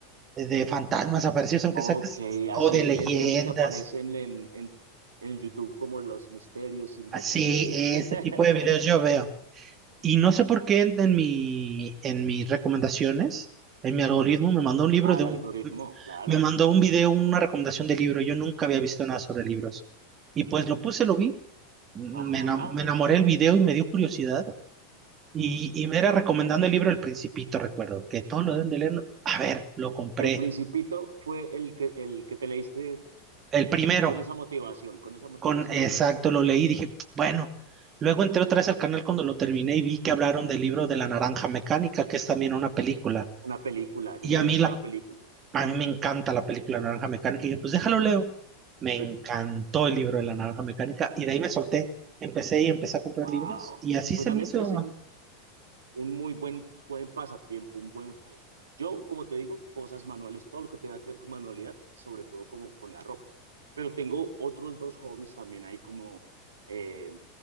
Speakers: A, on the right; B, on the right.
A: eh, de fantasmas aparecidos, aunque
B: Ok,
A: saques,
B: así
A: o de
B: en,
A: leyendas,
B: en esos que aparecen en, en, en YouTube como los misterios sin resolver.
A: así, ese
B: <laughs>
A: tipo de videos yo veo. Y no sé por qué en, en mi, en mis recomendaciones, en mi algoritmo, me mandó un libro
B: Ah,
A: de
B: el
A: un,
B: algoritmo, claro.
A: me mandó un video, una recomendación de libro. Yo nunca había visto nada sobre libros. Y pues lo puse, lo vi. Me,
B: Ajá.
A: ena- me enamoré del video y me dio curiosidad. Y, y me era recomendando el libro El Principito, recuerdo, que todos lo deben de leer. ¿No? A ver, lo compré.
B: El Principito fue el que, el que te leíste
A: El primero,
B: con esa motivación, con esa motivación,
A: con exacto,
B: sí.
A: lo leí y dije, bueno. Luego entré otra vez al canal cuando lo terminé y vi que hablaron del libro de La Naranja Mecánica, que es también una película.
B: Una película. Yo
A: Y
B: me
A: a
B: he visto
A: mí, la,
B: la película.
A: a mí me encanta la película Naranja Mecánica. Y dije, pues déjalo leo. Me encantó
B: <laughs>
A: el libro de La Naranja Mecánica y de ahí me solté. Empecé y empecé a comprar
B: Wow.
A: libros y así
B: Pues
A: se
B: a
A: me
B: mí
A: hizo.
B: me parece un, un muy buen, buen pasatiempo, un buen hobby. Yo, como te digo, cosas manuales, todo lo que tenga que ver con manualidad, sobre todo como con la ropa. Pero tengo otros dos hobbies también ahí como eh,